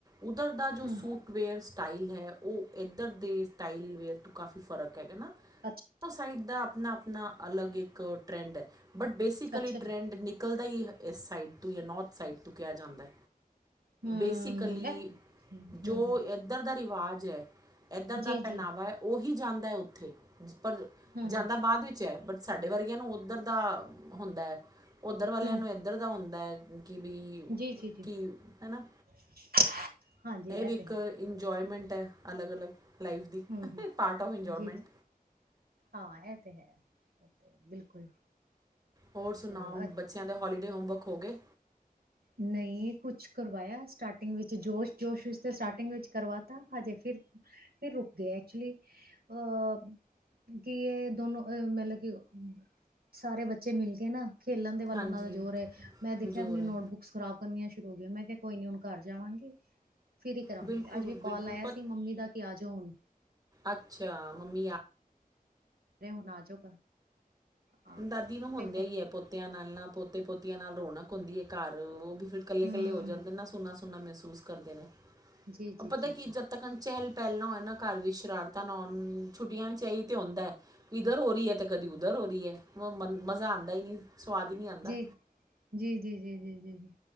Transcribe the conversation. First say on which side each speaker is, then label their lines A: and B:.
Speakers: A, on the right (about 25°); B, on the right (about 80°).
A: ਉੱਧਰ ਦਾ ਜੋ
B: ਹੂੰ,
A: ਸੂਟ। ਵੇਅਰ ਸਟਾਈਲ ਹੈ, ਓ ਇੱਧਰ ਦੇ ਸਟਾਈਲ। ਅ ਤੋਂ ਕਾਫੀ ਫਰਕ ਹੈਗਾ ਨਾ
B: ਅੱਛਾ,
A: ਸਾਈਡ ਦਾ ਆਪਣਾ ਆਪਣਾ ਅਲਗ ਇੱਕ ਟ੍ਰੈਂਡ ਐ। ਬਟ ਬੇਸਿਕਲੀ
B: ਅੱਛਾ ਜੀ
A: ਟਰੈਂਡ ਨਿਕਲਦਾ ਹੀ ਇਸ ਸਾਈਡ ਤੋਂ ਜਾਂ ਨੌਰਥ ਸਾਈਡ ਤੋਂ ਕਿਹਾ ਜਾਂਦਾ।
B: ਹੂੰ,
A: ਬੇਸਿਕਲੀ।
B: ਇਹ ਹੂੰ,
A: ਜੋ
B: ਹੂੰ,
A: ਇੱਧਰ ਦਾ ਰਿਵਾਜ਼ ਐ ਇੱਧਰ ਦਾ
B: ਜੀ,
A: ਪਹਿਨਾਵਾ।
B: ਜੀ,
A: ਉਹੀ ਜਾਂਦਾ ਉੱਥੇ ਪਰ
B: ਹੂੰ,
A: ਜਾਂਦਾ
B: ਹੂੰ,
A: ਬਾਅਦ ਵਿੱਚ ਐ ਬਟ। ਸਾਡੇ ਵਰਗਿਆਂ ਨੂੰ ਉੱਧਰ ਦਾ ਹੁੰਦਾ ਉੱਧਰ ਵਾਲਿਆਂ
B: ਹੂੰ,
A: ਨੂੰ ਇੱਧਰ ਦਾ ਹੁੰਦਾ। ਕਿ ਵੀ
B: ਜੀ, ਜੀ, ਜੀ
A: ਕੀ ਹੈਨਾ।
B: <unintelligible>
A: ਇਹ ਵੀ ਇੱਕ
B: ਤੇ ਹੈ
A: ਇੰਜੋਏਮੈਂਟ ਐ ਅਲੱਗ-ਅਲੱਗ ਲਾਈਫ ਦੀ
B: ਹੂੰ, ਹੂੰ,
A: ਪਾਰਟ ਆਫ ਇੰਜੋਏਮੈਂਟ।
B: ਜੀ, ਜੀ ਹਾਂ ਇਹ ਤੇ ਹੈ ਬਿਲਕੁਲ।
A: ਹੋਰ ਸੁਣਾਓ
B: ਤੇ
A: ਬੱਚਿਆਂ ਦੇ ਹੋਲੀਡੇ ਹੋਮਵਰਕ ਹੋ ਗਏ।
B: ਨਹੀਂ, ਕੁਛ ਕਰਵਾਇਆ ਸਟਾਰਟਿੰਗ ਵਿੱਚ ਜੋਸ਼ ਜੋਸ਼ ਵਿੱਚ ਤੇ ਸਟਾਰਟਿੰਗ ਵਿੱਚ ਕਰਵਾ ਤਾ ਹਜੇ ਫਿਰ ਫਿਰ ਰੁਕ ਗਏ, ਐਕਚੁਲੀ ਅਹ ਕੀ ਇਹ ਦੋਨੋ ਮਤਲਬ, ਕਿ ਸਾਰੇ ਬੱਚੇ ਮਿਲ ਕੇ ਨਾ ਖੇਲਣ ਦੇ ਵੱਲ
A: ਹਾਂਜੀ
B: ਉਹਨਾਂ ਦਾ ਜ਼ੋਰ ਐ, ਮੈਂ ਦੇਖਿਆ
A: ਜ਼ੋਰ
B: ਆਪਣੀ
A: ਹੈ
B: ਨੋਟਬੁੱਕ ਖਰਾਬ ਕਰਨੀਆਂ ਸ਼ੁਰੂ ਹੋ ਗਈਆਂ, ਮੈਂ ਕਿਹਾ ਕੋਈ ਨੀ ਹੁਣ ਕਰ ਜਾਵਾਂਗੀ। ਫਿਰ ਹੀ ਕਰਾਵਾਂਗੇ
A: ਬਿਲਕੁਲ
B: ਅੱਜ ਵੀ ਕਾਲ
A: ਬਿਲਕੁਲ
B: ਆਇਆ
A: ਪਰ
B: ਸੀ ਮੰਮੀ ਦਾ ਕਿ ਆਜੋ ਹੁਣ।
A: ਅੱਛਾ, ਮੰਮੀ ਯਾ
B: ਨਹੀਂ ਹੁਣ ਆਜੋ, ਹਾਂ
A: ਦਾਦੀ ਨੂੰ ਹੁੰਦਿਆਂ
B: ਤੇ ਬ-
A: ਈ ਐ ਪੋਤਿਆਂ ਨਾਲ-ਨਾਲ ਪੋਤੇ ਪੋਤਆਂ ਨਾਲ ਰੌਣਕ ਹੁੰਦੀ ਐ ਘਰ ਉਹ ਵੀ ਫਿਰ ਕੱਲੇ-ਕੱਲੇ
B: ਹੂੰ
A: ਹੋ ਜਾਂਦੇ ਨਾ ਸੁੰਨਾ-ਸੁੰਨਾ ਮਹਿਸੂਸ ਕਰਦੇ ਨੇ
B: ਜੀ ਜੀ
A: ਪਤਾ
B: ਜੀ
A: ਕੀ
B: ਜੀ
A: ਚੱਕਰ ਐ। ਤਾਂ ਚਹਿਲ ਪਹਿਲ ਨਾ ਹੋਏ ਨਾ ਘਰ ਵੀ ਸ਼ਰਾਰਤਾਂ ਨਾ ਹੋਣ। ਛੁੱਟੀਆਂ ਵਿੱਚ ਇਹੀ ਤਾਂ ਹੁੰਦਾ ਇੱਧਰ ਹੋ ਰਹੀ ਐ ਤੇ ਕਦੀ ਉੱਧਰ ਹੋ ਰਹੀ ਐ। ਮਨ ਮਜ਼ਾ ਆਂਦਾ ਈ ਨੀ ਸਵਾਦ ਈ ਨੀ ਆਂਦਾ।
B: ਜੀ-ਜੀ, ਜੀ-ਜੀ, ਜੀ-ਜੀ।